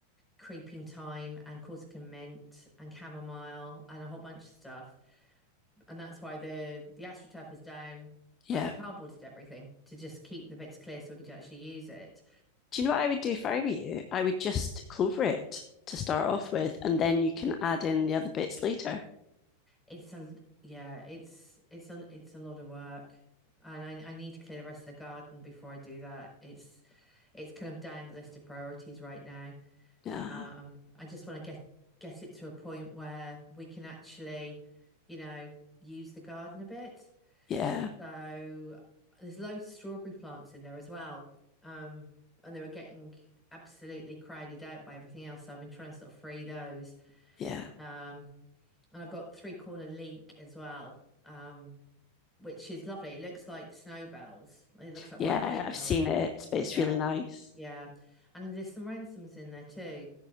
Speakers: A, in the centre; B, on the left.
A: creeping thyme and Corsican mint and chamomile and a whole bunch of stuff. And that's why the the astroturf was down
B: yeah.
A: when I cardboarded everything to just keep the bits clear so we could actually use it.
B: Do you know what I would do if I were you? I would just clover it to start off with, and then you can add in the other bits later.
A: It's a yeah, it's it's a it's a lot of work. And I I need to clear the rest of the garden before I do that. It's it's kind of down the list of priorities right now.
B: Yeah,
A: Um, I just want to get get it to a point where we can actually, you know, use the garden a bit.
B: yeah,
A: So there's loads of strawberry plants in there as well. Um, and they were getting absolutely crowded out by everything else. So I've been trying to sort of free those.
B: yeah.
A: Um, and I've got three corner leek as well, um, which is lovely. It looks like snowbells. It looks like
B: Yeah,
A: white bluebells.
B: I've seen it, but it's
A: Yeah,
B: really nice.
A: yeah. And there's some ransoms in there too,